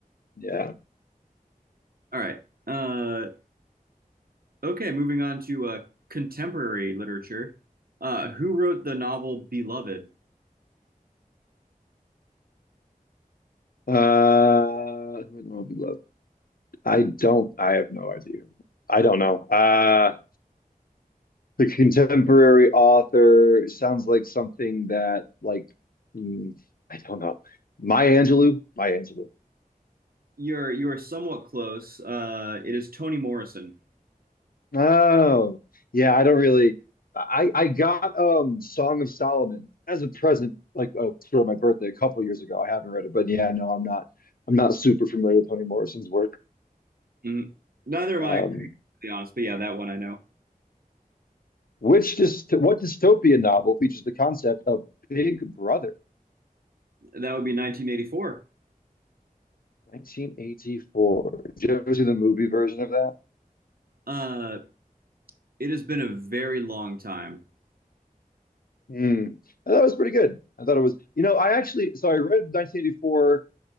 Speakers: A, on the left (about 75°); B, on the right (about 85°).
A: Yeah.
B: All right. Uh, Okay, moving on to uh, contemporary literature. Uh, who wrote the novel Beloved?
A: Uh, who would Love? I don't, I have no idea. I don't know. Uh, the contemporary author sounds like something that, like, mm, I don't know. Maya Angelou? Maya Angelou.
B: You're you are somewhat close. Uh, it is Toni Morrison.
A: Oh, yeah, I don't really. I I got um Song of Solomon as a present, like oh, for my birthday a couple years ago. I haven't read it, but yeah, no, I'm not. I'm not super familiar with Toni Morrison's work.
B: Mhm. Neither am
A: Um,
B: I, to be honest, but yeah, that one I know.
A: which just what dystopian novel features the concept of Big Brother?
B: That would be 1984.
A: 1984. Did you ever see the movie version of that?
B: Uh, it has been a very long time.
A: Hmm. I thought it was pretty good. I thought it was, you know, I actually, so I read 1984,